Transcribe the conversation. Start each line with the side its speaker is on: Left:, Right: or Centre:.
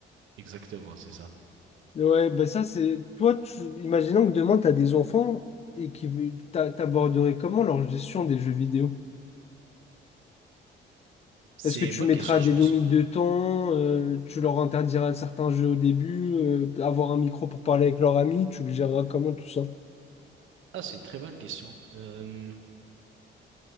Right: Exactement, c'est ça.
Left: Ouais, ben ça, c'est. Toi, tu... imaginons que demain, t'as des enfants et qui t'a- t'aborderais comment leur gestion des jeux vidéo?
Right: C'est
Left: Est-ce que tu
Right: une bonne
Left: mettras
Right: question,
Left: des
Right: je me
Left: limites
Right: suis...
Left: de temps? euh, tu leur interdiras certains jeux au début? euh, avoir un micro pour parler avec leurs amis? Tu le géreras comment tout ça?
Right: Ah, c'est une très bonne question. Euh,